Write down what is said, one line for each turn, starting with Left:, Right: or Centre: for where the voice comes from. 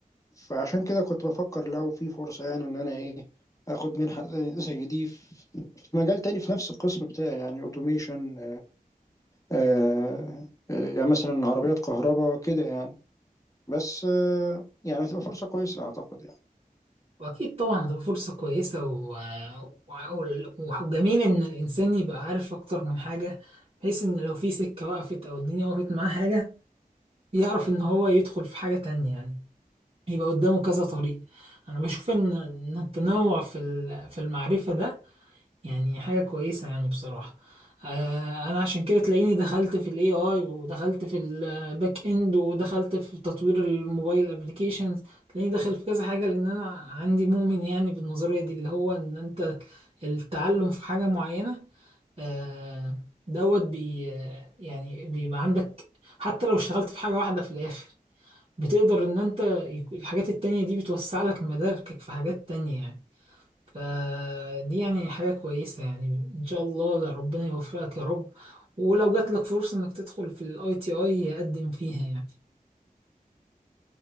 Left: فعشان كده كنت بفكر لو في فرصة يعني ان انا ايه اخد منحة زي زي دي في في مجال تاني في نفس القسم بتاعي يعني اوتوميشن آه، آه، يعني مثلا عربيات كهرباء كده يعني بس آه، يعني هتبقى فرصة كويسة أعتقد يعني
Right: واكيد طبعا هتبقى فرصه كويسه و... و... وجميل ان الانسان يبقى عارف اكتر من حاجه بحيث ان لو في سكه وقفت او الدنيا وقفت معاه حاجه يعرف ان هو يدخل في حاجه تانية يعني يبقى قدامه كذا طريق انا بشوف ان ان التنوع في ال- في المعرفه ده يعني حاجة كويسة يعني بصراحة آه، انا عشان كده تلاقيني دخلت في الاي اي ودخلت في الباك اند ودخلت في تطوير الموبايل ابليكيشنز تلاقيني داخل في كذا حاجة لان انا عندي مؤمن يعني بالنظرية دي اللي هو ان انت التعلم في حاجة معينة آه، دوت بي آه، يعني بيبقى عندك حتى لو اشتغلت في حاجة واحدة في الاخر بتقدر ان انت يك- الحاجات التانية دي بتوسع لك مداركك في حاجات تانية يعني فدي يعني حاجة كويسة يعني إن شاء الله ربنا يوفقك يا رب ولو جات لك فرصة إنك تدخل في الاي تي اي قدم فيها يعني